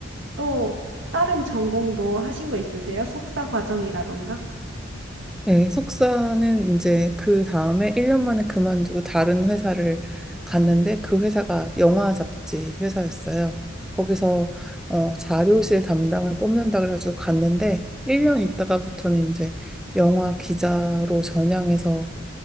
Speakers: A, on the right; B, in the centre.
A: 또 다른 전공도 하신 거 있으세요? 석사 과정이라던가?
B: 네, 석사는 이제 그 다음에 1년 만에 그만두고 다른 회사를 갔는데 그 회사가 영화 잡지 회사였어요. 거기서 어, 자료실 담당을 뽑는다 그래가지고 갔는데 1년 있다가부터는 이제 영화 기자로 전향해서